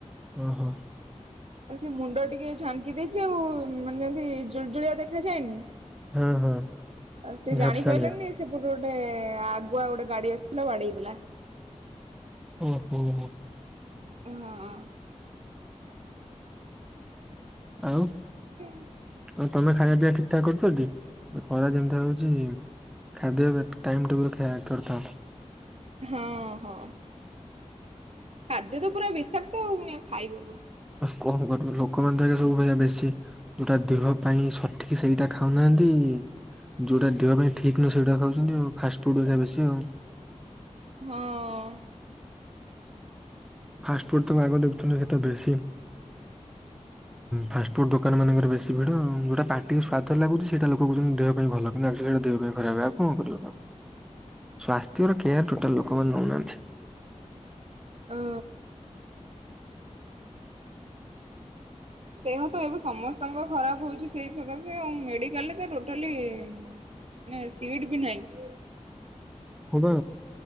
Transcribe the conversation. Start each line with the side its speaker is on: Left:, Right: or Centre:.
Centre: ଓହୋ।
Right: ଆଉ ସେ ମୁଣ୍ଡ ଟିକେ ଝାଙ୍କି ଦେଇଛି ଆଉ ମାନେ ଯେମିତି ଜୁଳିଜୁଳିଆ ଦେଖାଯାଏନି
Centre: ହଁ ହଁ
Right: ଆ ସେ
Centre: ଝାପସାଳିଆ
Right: ଜାଣି ପାଇଲାନି ସେ ଗୋଟେ ଆଗୁଆ ଗୋଟେ ଗାଡି ଆସୁଥିଲା ବାଡେଇଦେ ଲା
Centre: ହୁଁ ହୁଁ ହୁଁ
Right: ଉଁ ହଁ
Centre: ଆଉ
Right: ଏମିତି
Centre: ଆଉ ତମେ ଖାଇବା ପିଇବା ଠିକ୍ ଠାକ୍ କରୁଛ କି ଖରା ଯେମିତି ହଉଛି ଖାଦ୍ୟ ଟାଇମ୍ ଟେବୁଲ ଖା ଖାଇ କରୁଥାଅ।
Right: ହଁ ହଁ ଖାଦ୍ୟ ତ ପୁରା ବିଷାକ୍ତ ପୁଣି ଖାଇବ କଣ
Centre: କଣ ଲୋକମାନେଙ୍କ ସବୁ ବେଶୀ ଯୋଉଟା ଦେହ ପାଇଁ ସଠିକ ସେଇଟା ଖାଉନାହାନ୍ତି ଯୋଉଟା ଦେହ ପାଇଁ ଠିକ ନୁହଁ ସେଇଟା ଖାଉଛନ୍ତି ଆଉ ଫାଷ୍ଟଫୁଡା ବେଶୀ ଆଉ
Right: ହଁ
Centre: ଫାଷ୍ଟ ଫୁଡ ତା ଆଗ ଦେଖୁଛନ୍ତି ବେଶୀ ଫାଷ୍ଟ ଫୁଡ ଦୋକାନ ମାନଙ୍କର ବେଶୀ ଭିଡ ଯୋଉଟା ପାଟିକୁ ସ୍ୱାଦ ମତୋଗୁଛି ସେଇଟ ଲୋକ କଛନ୍ତି ଦେହ ପାଇଁ ଭଲ ଆଚଲି ସେଟା ଦେହ ପାଇଁ ଖରାପ ହେବ। କଣ କରିବୁ ନା ସ୍ଵାସ୍ଥ୍ୟର କେୟାର ଟୋଟାଲ ଲୋକମାନେ ନେଉନାହାନ୍ତି।
Right: ହଁ। ଦେହ ତ ଏବେ ସମସ୍ତଙ୍କ ଖରାପ ହଉଛି ସେଇ ସକାଶେ ମେଡିକାଲରେ ଟୋଟାଲି ମାନେ ସିଟ ବି ନାହିଁ।
Centre: ହଁ ପା